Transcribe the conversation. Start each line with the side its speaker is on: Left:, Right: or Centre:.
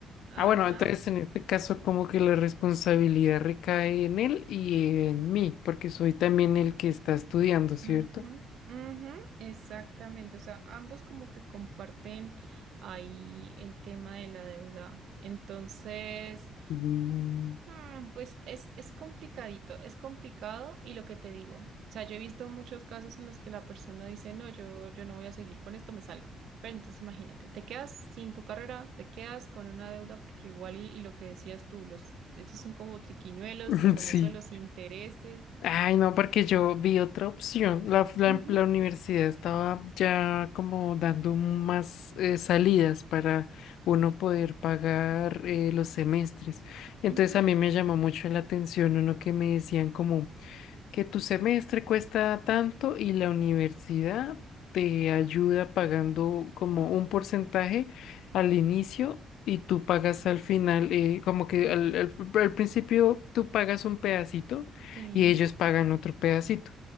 Right: Ajá.
Left: Ah, bueno, entonces en este caso como que la responsabilidad recae en él y en mí, porque soy también el que está estudiando, ¿cierto?
Right: Ujú, ujú, exactamente, o sea, ambos como que comparten ahí el tema de la deuda. Entonces,
Left: Mm,
Right: hmm, pues es, es complicadito, es complicado y lo que te digo, o sea, yo he visto muchos casos en los que la persona dice, no, yo, yo no voy a seguir con esto, me salgo. Pero entonces imagínate, te quedas sin tu carrera, te quedas con una deuda porque igual y, y lo que decías tú, los, ellos son como triquiñuelos
Left: <laughs>
Right: y con
Left: sí.
Right: eso de los intereses.
Left: Ay, no, porque yo vi otra opción. La, la,
Right: Ujú,
Left: la universidad estaba ya como dando más eh, salidas para uno poder pagar eh, los semestres. Entonces
Right: ujú,
Left: a mí me llamó mucho la atención uno que me decían como... que tu semestre cuesta tanto y la universidad te ayuda pagando como un porcentaje al inicio y tú pagas al final, eh, como que al, al- al principio tú pagas un pedacito
Right: sí,
Left: y ellos pagan otro pedacito.